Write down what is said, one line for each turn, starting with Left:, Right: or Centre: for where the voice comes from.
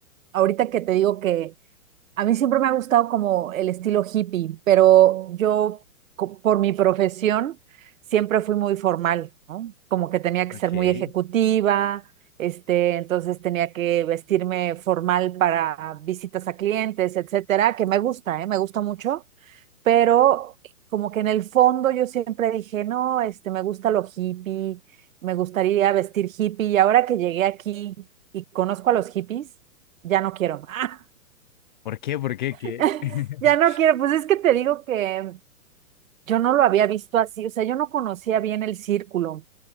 Right: ahorita que te digo que a mí siempre me ha gustado como el estilo hippie, pero yo co- por mi profesión siempre fui muy formal, ¿no? Como que tenía que
Left: Ok.
Right: ser muy ejecutiva, este, entonces tenía que vestirme formal para visitas a clientes, etcétera, que me gusta, ¿eh? Me gusta mucho, pero como que en el fondo yo siempre dije, no, este, me gusta lo hippie, me gustaría vestir hippie y ahora que llegué aquí y conozco a los hippies, ya no quiero. <laughs>
Left: ¿Por qué? ¿Por qué? ¿Qué?
Right: <laughs>
Left: <laughs>
Right: Ya no quiero, pues es que te digo que yo no lo había visto así, o sea, yo no conocía bien el círculo.